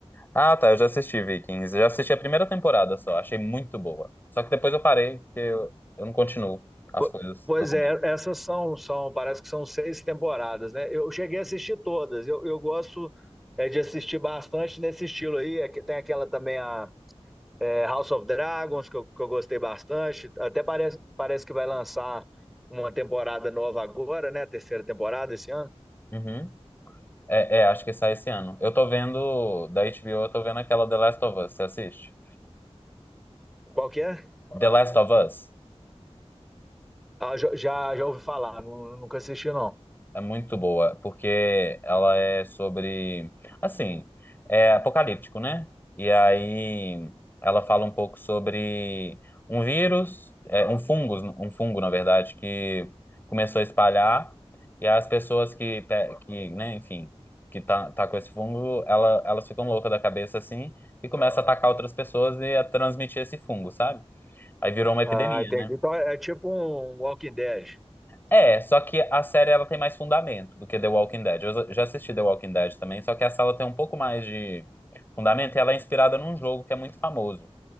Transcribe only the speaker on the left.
Ah, tá, eu já assisti Vikings. Já assisti a primeira temporada só, achei muito boa. Só que depois eu parei, porque eu, eu não continuo as
coisas
que eu começo.
Uhum. É, é, acho que sai esse ano. Eu tô vendo, da HBO, eu tô vendo aquela The Last of Us, você assiste?
The Last of Us?
É muito boa, porque ela é sobre, assim, é apocalíptico, né? E aí ela fala um pouco sobre um vírus, é, um fungo, um fungo, na verdade, que começou a espalhar, e as pessoas que, pe- que, né, enfim, que tá, tá com esse fungo, ela, elas ficam loucas da cabeça, assim, e começa a atacar outras pessoas e a transmitir esse fungo, sabe? Aí virou uma epidemia,
né?
É, só que a série ela tem mais fundamento do que The Walking Dead. Eu já assisti The Walking Dead também, só que essa ela tem um pouco mais de fundamento e ela é inspirada num jogo que é muito famoso.